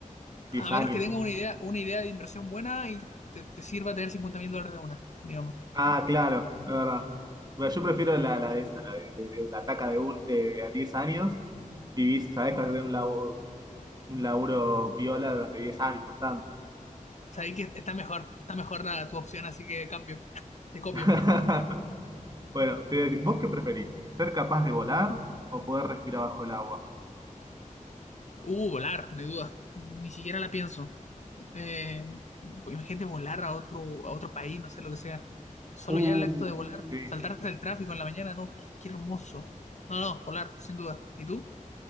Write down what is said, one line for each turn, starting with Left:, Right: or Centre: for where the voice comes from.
Right: 10
Left: A
Right: años.
Left: menos que tenga una idea, una idea de inversión buena y te, te sirva tener cincuenta mil dólares de una, digamos.
Right: Ah, claro, es verdad. Bueno, yo prefiero la, la de esa, la de, de- la taca de, un, de a 10 años, vivís, sabés que vas a tener un laburo, un laburo piola durante 10 años, bastante.
Left: Sabéis que está mejor, está mejor la- tu opción, así que cambio. Te copio.
Right: <laughs> Bueno, te voy a decir, ¿vos qué preferís? ¿Ser capaz de volar o poder respirar bajo el agua?
Left: Uh, volar, no hay duda. Ni siquiera la pienso. Eh, pues imagínate volar a otro, a otro país, no sé lo que sea. Solo
Right: Uh,
Left: ya el acto de volar,
Right: sí.
Left: saltarte el tráfico en la mañana, no, qué, qué hermoso. No, no, volar, sin duda. ¿Y tú?